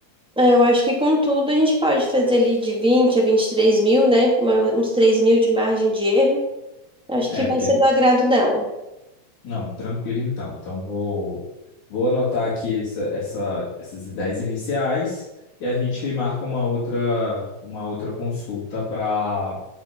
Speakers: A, in the centre; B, on the left.
A: É, eu acho que com tudo a gente pode fazer ali de 20 a 23 mil, né? Uma- uns 3 mil de margem de erro. Acho
B: É,
A: que vai
B: porque
A: ser do agrado dela.
B: Não, tranquilo então. Então vou, vou anotar aqui essa, essa- essas ideias iniciais e a gente marca uma outra, uma outra consulta para